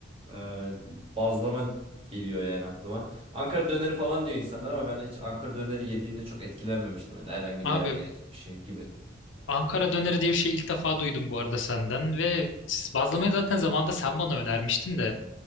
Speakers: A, on the right; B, on the left.
A: e, bazlama geliyor yani aklıma. Ankara döneri falan diyor insanlar ama ben hiç Ankara döneri yediğimde çok etkilenmemiştim. Yani herhangi
B: Abi
A: bir yerde yiyecek bir şey gibi.
B: Ankara döneri diye bir şey ilk defa duydum bu arada senden ve bazlamayı zaten zamanında sen bana önermiştin de.